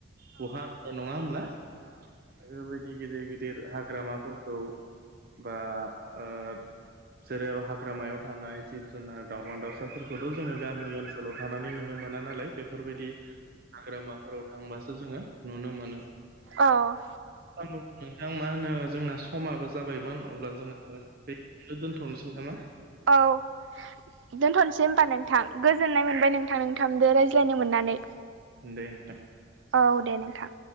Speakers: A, on the right (about 50°); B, on the right (about 75°).
A: बहा नुनो नङा होमब्ला? बेफोरबायदि गिदिर गिदिर गिदिर हाग्रामाफोरखौ बा ओ जेरै हाग्रामायाव थानाय जिब जुनार, दाउमा दाउसाफोरखौथ' जोङो गामि ओनसोल आव थानानै नुनो मोना नालाय, बे बेफोरबायदि हाग्रामाफोराव थांबासो जोङो नुनो मोनो।
B: औ।
A: नोंथां मा होनो जोंना समाबो जाबायमोन अब्ला जोङो बेखिनियावनो दोनथ'नोसै नामा?
B: औ। दोनथ'नोसै होमबा नोंथां। गोजोननाय मोनबाय नोंथां, नोंथांजों रायज्लायनो मोननानै।
A: दे ओनथां।
B: औ दे नोंथां